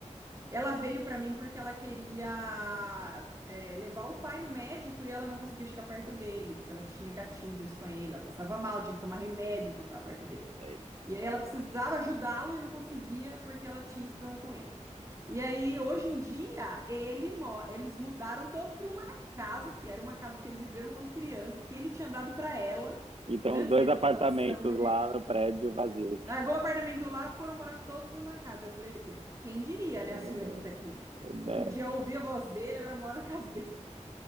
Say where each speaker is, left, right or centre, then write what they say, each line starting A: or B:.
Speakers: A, on the right; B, on the right.
A: Ela veio para mim porque ela queria é, levar o pai no médico e ela não conseguia chegar perto dele, porque ela tinha gatilhos com ele, ela passava mal, tinha que tomar remédio quando estava perto dele.
B: Aí
A: E aí ela precisava ajudá-lo e não conseguia porque ela tinha esse problema com ele. E aí, hoje em dia, ele mo- eles mudaram todos para uma casa, que era uma casa que eles viveram quando criança, que ele tinha dado para ela,
B: E tem
A: antes
B: uns dois
A: ainda,
B: apartamentos
A: quando estava são, ele
B: lá no prédio vazio.
A: Largou o apartamento lá, foram morar todos numa casa. Eu falei, quem diria,
B: É,
A: né, a senhorita aqui?
B: né?
A: Não podia ouvir a voz dele, agora mora na casa dele.